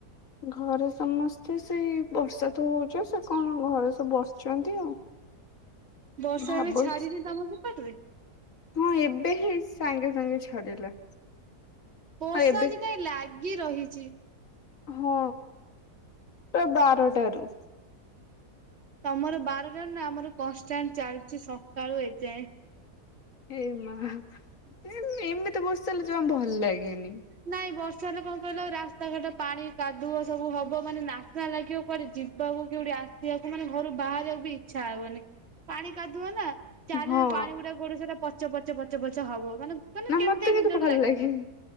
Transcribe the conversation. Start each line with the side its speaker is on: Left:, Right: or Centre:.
Left: ଘରେ ସମସ୍ତେ ସେଇ ବର୍ଷା ତ ହୋଉଚି ଆଉ ସେ କଣ ଘରେ ସବୁ ବସିଚନ୍ତି ଆଉ।
Right: ବର୍ଷା
Left: ଭାବୁଛି
Right: ଏବେ ଛାଡିନି ତମ ସେପଟରେ?
Left: ହଁ ଏବେ ହିଁ ସାଙ୍ଗେ ସାଙ୍ଗେ ଛାଡିଲା।
Right: ବର୍ଷା
Left: ଆଉ ଏବେ
Right: ଆଜି କାଇଁ ଲାଗି ରହିଚି।
Left: ହଁ ପ୍ରାୟ ବାରଟାରୁ
Right: ତମର ବାରଟାରୁ ନା ଆମର କଁଷ୍ଟାଣ୍ଟ ଚାଲଚି ସକାଳୁ ଏଯାଏଁ।
Left: ଏ ମାଆ ନାଇଁ କଣ ଏମିତି ବର୍ଷା ହେଲେ ଜମା ଭଲ ଲାଗେନି।
Right: ନାଇଁ ବର୍ଷା ହେଲେ କଣ କହିଲା ରାସ୍ତାଘାଟ ପାଣି କାଦୁଅ ସବୁ ହବ ମାନେ ନାସ୍ନା ଲାଗିବ। କୁଆଡେ ଯିବାକୁ କେଉଠି ଆସିବାକୁ ମାନେ ଘରୁ ବାହାରିବାକୁ ବି ଇଚ୍ଛା ହବନି। ପାଣି କାଦୁଅ ନା। ଚାରିଆଡେ
Left: ହଁ
Right: ପାଣି ଗୁଡା ଗୋଡ ସେଟା ପଚ ପଚ ପଚ ପଚ ହବ ମାନେ ମାନେ
Left: ନା
Right: କେମିତିଆ
Left: ମତେ
Right: କେମିତିଆ
Left: କିନ୍ତୁ
Right: ଗୋଟେ
Left: ଭଲ
Right: ଲାଗିବ।
Left: ଲାଗେନି।